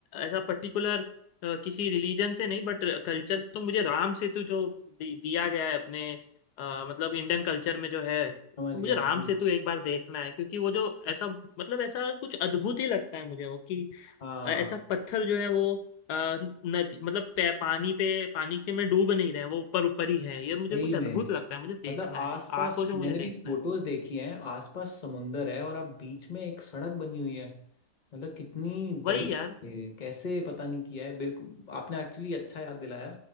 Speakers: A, on the left; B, on the left.
A: ऐसा पर्टिकुलर किसी रिलीजन से नहीं बट कल्चर तो मुझे राम सेतु जो दि, दिया गया है अपने अ, मतलब इंडियन कल्चर में जो है तो
B: समझ गया
A: मुझे राम
B: जी
A: सेतु एक बार देखना है क्योंकि वो जो ऐसा मतलब ऐसा कुछ अद्भुत ही लगता है मुझे वो कि
B: हाँ
A: अ, ऐसा पत्थर जो है वो अ, नदी मतलब पे- पानी पे पानी के में डूब नहीं रहे वो ऊपर ऊपर ही है ये मुझे
B: सही
A: कुछ
B: में
A: अद्भुत लगता है मुझे देखना
B: मतलब आसपास
A: है आंखों से मुझे
B: मैंने
A: देखना
B: भी फोटोज
A: है
B: देखी हैं आसपास समुंदर है और आप बीच में एक सड़क बनी हुई है मतलब कितनी
A: वही
B: बड़ी
A: यार
B: ए, कैसे पता नहीं किया है मेरे को आपने एक्चुअली अच्छा याद दिलाया